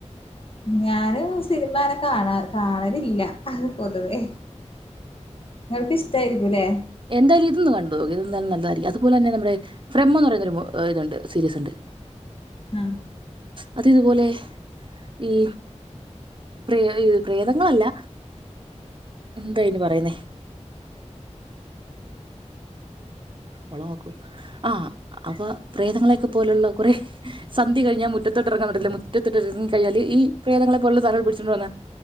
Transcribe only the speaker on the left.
ഞാന് സിനിമങ്ങനെ കാണാ കാണലില്ല പൊതുവേ. ഇങ്ങൾക്കിഷ്ടായിരിക്കു ലേ.
ആഹ്